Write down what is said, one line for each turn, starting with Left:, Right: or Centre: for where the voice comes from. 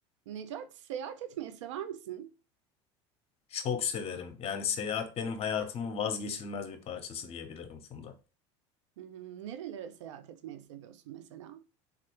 Right: Necati seyahat etmeyi sever misin?
Left: Çok severim. Yani seyahat benim hayatımın vazgeçilmez bir parçası diyebilirim Funda.
Right: Hı hı. Nerelere seyahat etmeyi seviyorsun mesela?